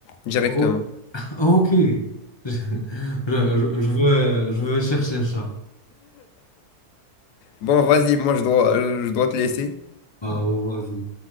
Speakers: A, on the left; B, on the left.
A: directement.
B: Oh, oh, ok. <laughs> Je, je- je veux, je veux chercher ça.
A: Bon, vas-y, moi je dois, je dois te laisser.
B: Ah, oh, vas-y.